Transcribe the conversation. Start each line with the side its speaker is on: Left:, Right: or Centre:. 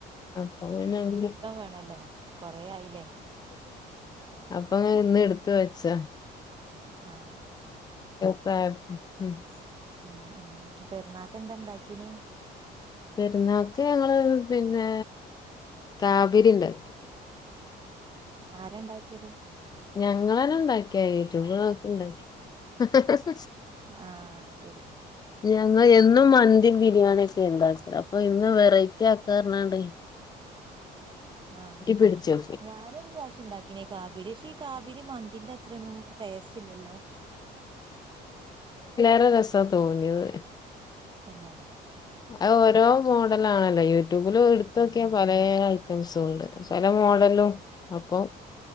Left: അപ്പൊ പിന്നെ അങ്ങനെ
Right: വേണല്ലോ കൊറേ ആയില്ലേ
Left: അപ്പൊ ഇന്ന് എടു ത്ത വച്ഛാ
Right: ആ ആ
Left: <inaudible>
Right: ആ ആ പെരുന്നാൾ എന്താ ഉണ്ടാക്കിയന്
Left: പെരുന്നാൾക്ക് ഞങ്ങളെ പിന്നെ താബിരി ഉണ്ടാക്കി
Right: ആരാ ഇണ്ടാക്കിയത്
Left: ഞങ്ങളെന്നെ ണ്ടാക്ക്യ യുട്ടൂബ് നോക്കി ണ്ടാക്ക്യ
Right: ആഹ് അത് ശരി
Left: ഞങ്ങ എന്നും മന്തി ബിരിയാണി യൊക്കെ ഇണ്ടാക്കല് അപ്പ ഇന്ന് വെറൈറ്റിആക്കർഞാണ്ട്
Right: ആ
Left: പിടിച്ചു
Right: ഞാനൊരു പ്രാവശ്യം ണ്ടാക്കിനി കാബി രി ക്ഷെ ഈ കാബിരി മന്തിന്റെ അത് ത്രന്നും ടേസ്റ്റ് ഇല്ലല്ലോ
Left: നല്ല രസ തോന്നിയത്
Right: തന്നെ
Left: അഹ് ഓരോ മോഡൽ ആണല്ലോ യു ട്യൂബിൽ എടുത്തു
Right: ആഹ്
Left: നോക്കിയ പലേ ഐറ്റംസ് ഉണ്ട് പല മോഡലും അപ്പോ